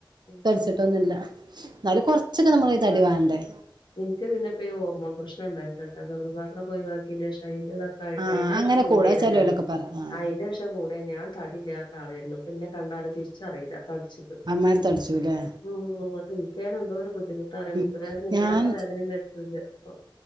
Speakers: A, on the left; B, on the right.
A: ഉം
B: തടിച്ചിട്ടൊന്നുല്ല എന്നാല് കൊറച്ചൊക്കെ നമ്മൾ തടി വാണ്ടേ
A: എനിക്ക് പിന്നെപ്പെഴോ ഹോർമോൺ പ്രശ്നം ഉണ്ടായിട്ടാട്ടാ ഗർഭപാത്രം പോയി ബാക്കി ലേ <unintelligible> ഇതൊക്കെ ആയിട്ട്
B: ആഹ്
A: അതിന്റേഷം
B: അങ്ങനെ
A: കൂടീതാ
B: കൂടാ ചെലോലൊക്കെ
A: ഞാൻ
B: പറ ആഹ്
A: അതിന്റേഷം കൂടെ ഞാൻ തടില്ലാത്ത ആളായിരുന്നു പിന്നെ കണ്ടാലും തിരിച്ചറിയില്ല തടിച്ചിട്ട്.
B: അമ്മാരി തടിച്ചുല്ലേ
A: ഉം ഇങ്ങോട്ട് നിൽക്കാനെന്തോ ഒരു ബുദ്ധിമുട്ടാറിയാം
B: ഉം
A: മുട്ട് വേദന ഇല്ലാത്ത
B: ഞാൻ
A: വേദനയും വരുത്തുല്ല ആ